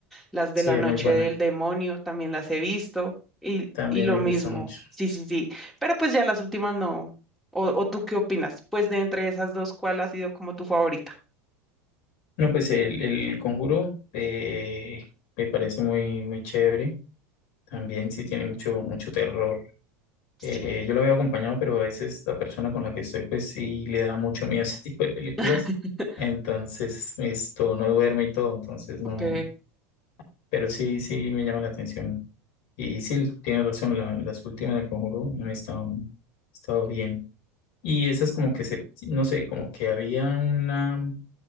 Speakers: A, in the centre; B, on the left.
A: Las de
B: sí,
A: la
B: es
A: noche
B: muy buena.
A: del demonio también las he visto. Y,
B: También
A: y lo
B: me
A: mismo.
B: gusta mucho.
A: Sí, sí, sí. Pero pues ya las últimas no. ¿O, o tú qué opinas? Pues de entre esas dos, ¿cuál ha sido como tu favorita?
B: No, pues el, el conjuro eh, me parece muy, muy chévere. También sí tiene mucho, mucho terror.
A: Sí.
B: Eh, yo lo veo acompañado, pero a veces la persona con la que estoy, pues sí le da mucho miedo ese <laughs> tipo de películas.
A: <laughs>
B: Entonces, esto no duerme y todo. Entonces, no.
A: Ok.
B: Pero sí, sí me llama la atención. Y sí, tiene razón, la- las últimas del Conjuro no han estado, han estado bien. Y esas como que se, no sé, como que había una